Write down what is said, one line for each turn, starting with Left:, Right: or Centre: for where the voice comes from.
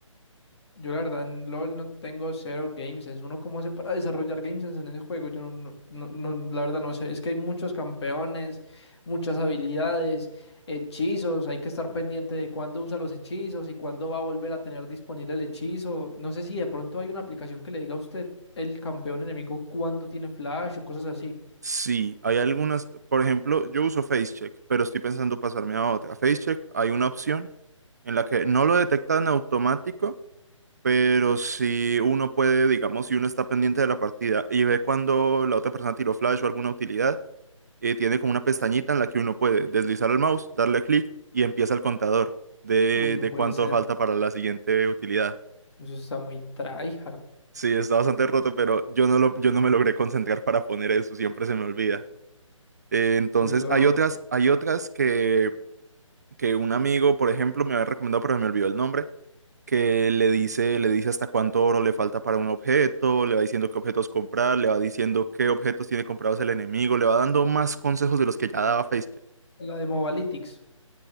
Left: Yo la verdad en LOL no tengo cero game sense. ¿Uno cómo hace para desarrollar game sense en ese juego? Yo no, no, no- no, la verdad no sé. Es que hay muchos campeones, muchas habilidades, hechizos. Hay que estar pendiente de cuándo usa los hechizos y cuándo va a volver a tener disponible el hechizo. No sé si de pronto hay una aplicación que le diga a usted el campeón enemigo cuándo tiene flash o cosas así.
Right: Sí, hay algunas, por ejemplo, yo uso FaceCheck, pero estoy pensando pasarme a otra. FaceCheck hay una opción en la que no lo detecta en automático, pero si uno puede, digamos, si uno está pendiente de la partida y ve cuando la otra persona tiró flash o alguna utilidad, eh, tiene como una pestañita en la que uno puede deslizar el mouse, darle clic y empieza el contador de,
Left: Uy, no
Right: de
Left: puede
Right: cuánto
Left: ser.
Right: falta para la siguiente utilidad.
Left: Eso está muy tryhard.
Right: Sí, está bastante roto, pero yo no lo, yo no me logré concentrar para poner eso, siempre se me olvida. Eh, entonces,
Left: Pero eso,
Right: hay otras, hay otras que, que un amigo, por ejemplo, me había recomendado, pero se me olvidó el nombre, que le dice, le dice hasta cuánto oro le falta para un objeto, le va diciendo qué objetos comprar, le va diciendo qué objetos tiene comprados el enemigo, le va dando más consejos de los que ya daba FaceCheck.
Left: la de Mobalytics.